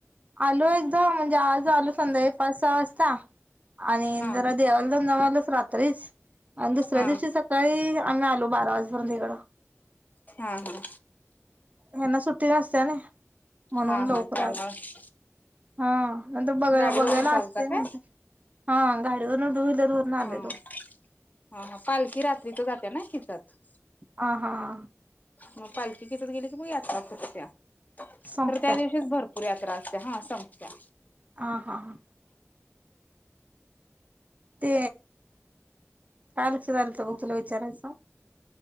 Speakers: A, on the right; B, on the left.
A: आलो एकदा, म्हणजे आज आलो संध्याकाळी पाच सहा वाजता आणि
B: हा
A: जरा देवाला जाऊ जमालंस रात्रीच. आणि दुसऱ्या
B: हा
A: दिवशी सकाळी आम्ही आलो बारा वाजेपर्यंत इकडं.
B: हा हा
A: हेन्ना सुट्टी असते. चला म्हणून
B: हा
A: लवकरात.
B: हा त्यामुळे
A: हा, नंतर बघ
B: गाडीवरून
A: बघायला
B: चालता
A: असते, म्हण
B: काय
A: हा गाडीवरून टू व्हीलर. वरून आलेलो
B: हा, हा, हा. पालखी रात्री तर जाते ना किचत
A: ह, हा, हा.
B: मग पालखी कथत गेली तर, मग यात्रा फूटत्या तर
A: संपत्या
B: त्या दिवशीच भरपूर यात्रा असतीय. हा संपत्या
A: हा, हा. हा. ते काय लक्षात आलंत, बघ तुला विचारायचं?